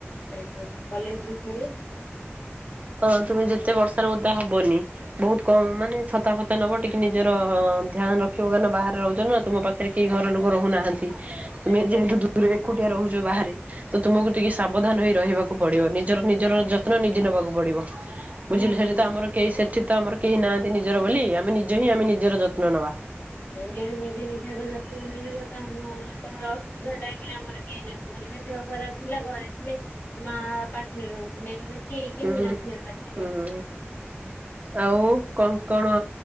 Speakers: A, on the left (about 60°); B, on the right (about 35°).
A: ଏବେଳେ କଲେଜ <unintelligible>
B: ତ ତୁମେ ଯେତେ ବର୍ଷାରେ ଓଦା ହବନି। ବହୁତ କମ ମାନେ ଛତା ଫତା ନବ ଟିକେ ନିଜର ଧ୍ୟାନ ରଖିବ କାଇଁନା ବାହାରେ ରହୁଚନା ତମ ପାଖରେ କେହି ଘର ଲୋକ ରହୁନାହାନ୍ତି ତୁମେ
A: ଆଜ୍ଞା
B: ଯେହେତୁ ଏକୁଟିଆ ରହୁଛ ବାହାରେ ତ ତୁମକୁ ଟିକେ ସାବଧାନ ହେଇ ରହିବା କୁ ପଡିବ ନିଜର ନିଜର ଯତ୍ନ ନିଜେ ନେବାକୁ ପଡିବ
A: ନିହାତି
B: ବୁଝିଲେ ସେଠି
A: ଦିଦି।
B: ଆମ ଆମର କେହି ସେଠି ତ ଆମର କେହି ନାହାଁନ୍ତି ନିଜର ବୋଲି ଆମେ ନିଜେ ହିଁ ଆମେ ନିଜର ଯତ୍ନ ନେବା।
A: ଯଦି ନିଜେ ନିଜର ଯତ୍ନ ଯଦି ନବ ତମ ତମର ଅସୁବିଧା ଟାଇମ ରେ ଆମର କେହିଁ ନା ମୋ ଯଦି ଦେହ ଖରାପ ଥିଲା ଘରେ ଥିଲି ମା ପାଖରେ ରହୁଥିଲେ ଏବେ ବି କେହି କେହି
B: ହୁଁ
A: ନଥିଲେ ପାଖରେ।
B: ହୁଁ ଆଉ କଣ କଣ